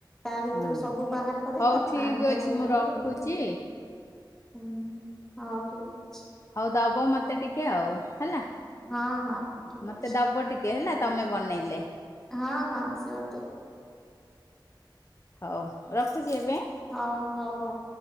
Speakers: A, in the centre; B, on the left.
A: ତା ଭିତରୁ
B: ହଁ
A: ସବୁ ବାହାର କରି
B: ହଉ
A: ତା
B: ଠିକ
A: ପାଣି ଟାକୁ
B: ଅଛି ମୁଁ
A: ଖାଲି-ଇ-ଇ
B: ରଖୁଛି
A: ଦେ ହୁଁ ହଉ ଠିକ ଅଛି।
B: ହଉ ଦବ ମତେ ଟିକେ ଆଉ ହେଲା।
A: ହଁ ହଁ ଠିକ
B: ମତେ
A: ଅଛି
B: ଦବ ଟିକେ ହେଲା ତମେ ବନେଇଲେ।
A: ହଁ ହଁ ସିଓର ଦେବି।
B: ହଉ ରଖୁଛି ଏବେ।
A: ହଁ ହଉ ହଉ।